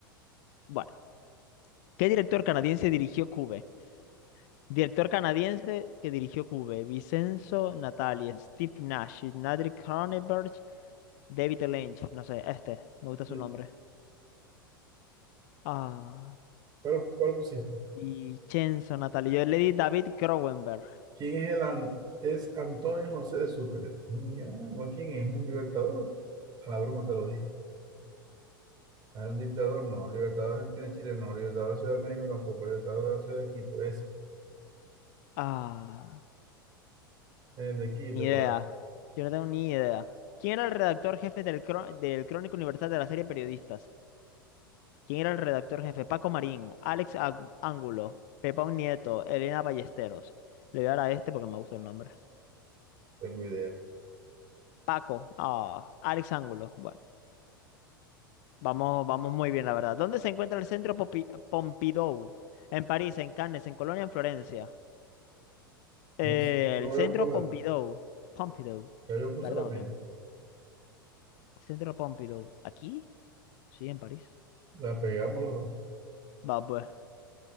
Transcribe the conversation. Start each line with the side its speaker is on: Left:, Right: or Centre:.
Left: Bueno, ¿qué director canadiense dirigió Cube? Director canadiense que dirigió Cube, Vincenzo Natali, Steve Nash, Patrick Cronenberg, David Lynch, no sé, este, me gusta su
Right: Eh,
Left: nombre. Ah,
Right: ¿Cuál, cuál pusiste?
Left: y Chenzo Natali, yo le di David Cronenberg.
Right: ¿Quién es el an- es Antonio José de Sucre? Ya, no es quién es, un libertador. A la broma te lo dije. Ah, un dictador, no. Libertador de Argentina y Chile, no. Libertador de Ciudad de México tampoco. Libertador de la Ciudad de Quito, ese.
Left: Ah,
Right: El de Quito,
Left: ni idea,
Right: claro.
Left: yo no tengo ni idea. ¿Quién era el redactor jefe del, cro- del Crónica Universal de la serie Periodistas? ¿Quién era el redactor jefe? Paco Marín, Alex Ang- Ángulo, Pepa Un Nieto, Elena Ballesteros. Le voy a dar a este porque me gusta el nombre.
Right: Tengo idea.
Left: Paco, ah, Alex Ángulo. Bueno. Vamos, vamos muy bien, la verdad. ¿Dónde se encuentra el centro Popi- Pompidou? En París, en Cannes, en Colonia, en Florencia. Eh,
Right: No sé. Yo
Left: el
Right: voy
Left: centro
Right: a poner,
Left: Pompidou. Pompidou.
Right: ya yo puse
Left: Perdón,
Right: la mía.
Left: otra- Centro Pompidou. ¿Aquí? Sí, en París.
Right: La pegamos los dos.
Left: Va, pues.